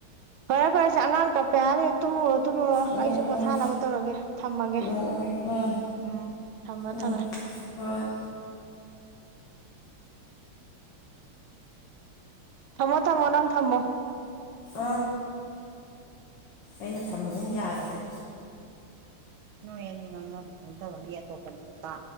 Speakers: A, on the right; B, on the left.
A: ꯐꯔꯦ ꯐꯔꯦꯁꯦ ꯑꯉꯥꯡ ꯀꯞꯄꯦ ꯍꯥꯏ ꯇꯨꯝꯃꯨꯔ ꯇꯨꯝꯃꯔꯣ
B: ꯎꯝ ꯎꯝ
A: ꯑꯩꯁꯨ ꯄꯣꯊꯥꯅꯕ ꯇꯧꯔꯒꯦ ꯊꯝꯃꯒꯦ
B: ꯎꯝ ꯎꯝ ꯎꯝ
A: ꯎꯝ ꯊꯝꯃ
B: ꯎꯝ
A: ꯊꯝꯃꯦ
B: ꯍꯣꯏ
A: ꯊꯝꯃꯣ ꯊꯝꯃꯣ ꯅꯪ ꯊꯝꯃꯣ
B: ꯑ ꯑꯩꯅ ꯊꯝꯕꯅꯤꯅ ꯌꯥꯈꯤꯗ꯭ꯔꯦ
A: ꯅꯣꯏꯅꯤ ꯉꯉ ꯇꯔꯉ ꯇꯣꯄꯅꯤꯦꯀ